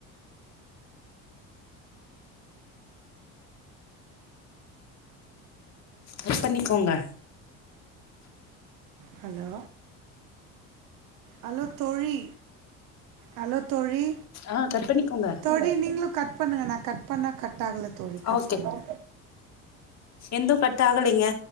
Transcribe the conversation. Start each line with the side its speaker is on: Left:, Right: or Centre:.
Left: கட்பன்னிக்கோங்க
Right: ஹலோ ஹலோ தோழி ஹலோ தோழி
Left: ஆ கட் பண்ணிக்கோங்க
Right: தோழி நீங்களும் கட் பண்ணுங்க நான் கட் பண்ணன் கட் ஆகல தோழி கட்
Left: ஓகே
Right: பண்ணு
Left: எந்தும் கட் ஆகலைங்க